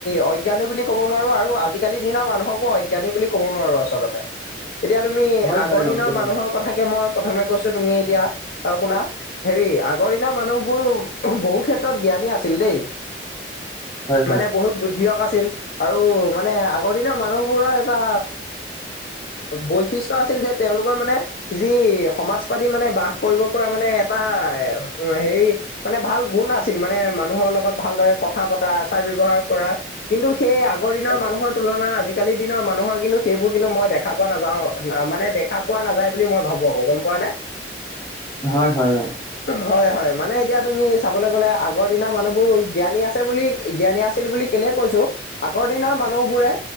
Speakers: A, on the left; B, on the left.
A: অজ্ঞানী বুলি ক'ব নোৱাৰো, আৰু আজি কালি দিনৰ মানুহকো অজ্ঞানী বুলি কব নোৱাৰো আচলতে, এতিয়া তুমি
B: হয়
A: আগৰ
B: হয় অ
A: দিনৰ
B: সেইটো
A: মানুহৰ
B: হয়
A: কথাকে মই প্ৰথমে কৈছো! তুমি এতিয়া অ শুনা, হেৰি আগৰ দিনৰ মানুহবোৰ বহু ক্ষেত্ৰত জ্ঞানী আছিল দেই।
B: হয় হয়
A: মানে বহুত বুদ্ধিয়ক আছিল, আৰু মানে আগৰ দিনৰ মানুহবোৰৰ এটা বৈশিষ্ট আছিল যে- তেওঁলোকৰ মানে যি সমাজ পাতি মানে বাস কৰিব পৰা, মানে এটা হেৰি মানে ভাল গুণ আছিল মানে মানুহৰ লগত ভালদৰে কথা পতা, আচাৰ-ব্যৱহাৰ কৰা, কিন্তু সেই আগৰ দিনৰ
B: অ
A: মানুহৰ তুলনা, আজিকালিৰ দিনৰ মানুহৰ কিন্তু সেইবোৰ কিন্তু মই দেখা পোৱা নাযাও মানে দেখা পোৱা নাযায় বুলি মই ভাবো আকৌ গম পোৱা নে। <unintelligible>
B: হয়, হয়, অ!
A: হয়, হয় মানে এতিয়া তুমি চাবলৈ গ'লে আগৰ দিনৰ মানুহবোৰ জ্ঞানী আছে বুলি জ্ঞানী আছিল বুলি কেলেহে কৈছো, আগৰ দিনৰ মানুহবোৰে